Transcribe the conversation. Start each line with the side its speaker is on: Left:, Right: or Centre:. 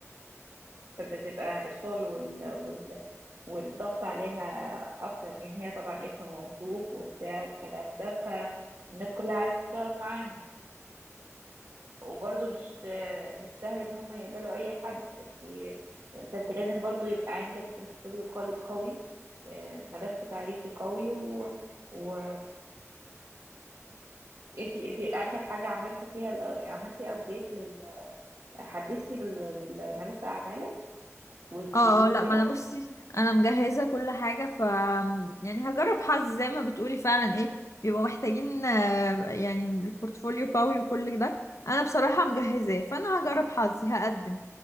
Right: بتبقى الشغل وال... وال... والضغط عليها اكتر لان هي طبعا اسم موثوق وبتاع والكلام ده فالناس كلها عايزة تشتغل معاها وبرضه مش مش سهل ان هم يقبلوا اي حد فانت فانت لازم برضه يبقى عندك بورتفوليو قوي قوي، آه، ملف تعريفي قوي و و انت انت اخر حاجه عملتي فيها ال- عملتي ابديت لل حدثتي لل- لملف اعمالك والسي
Left: اه
Right: في
Left: اه
Right: وكده
Left: لا ما انا بصي انا مجهزه كل حاجه ف يعني هجرب حظي زي ما بتقولي فعلا ايه بيبقوا محتاجين آه، يعني البورتفوليو قوي وكل ده انا بصراحه مجهزاه فانا هجرب حظي هقدم